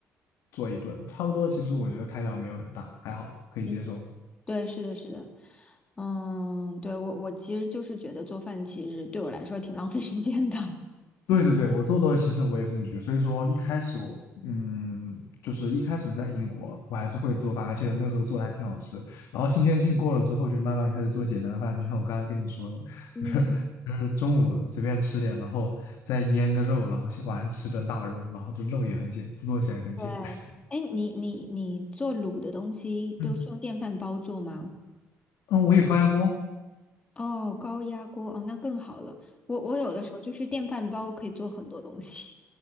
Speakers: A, on the left; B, on the left.
A: 做一顿，差不多。其实我觉得开销没有很大，还好可以接受。
B: 嗯，对，是的，是的。嗯，对，我我其实就是觉得做饭其实对我来说挺 <laughs> 浪费时间的。
A: 对对对，我做多了，其实我也是这么觉得。所以说一开始我嗯，就是一开始在英国，我还是会做饭，而且那时候做的还挺好吃。然后新鲜劲过了之后，就慢慢开始做简单饭，就像我刚刚跟你说的，
B: 嗯，
A: 就是中午随便吃点，然后再腌个肉，然后晚上吃顿大肉，然后这肉也很简，制作起来也很简单。
B: 对。哎，你你你做卤的东西都是用电饭煲做吗？
A: <laughs> 嗯，我有高压锅。
B: 哦，高压锅哦，那更好了。我我有的时候就是电饭煲可以做很多东西，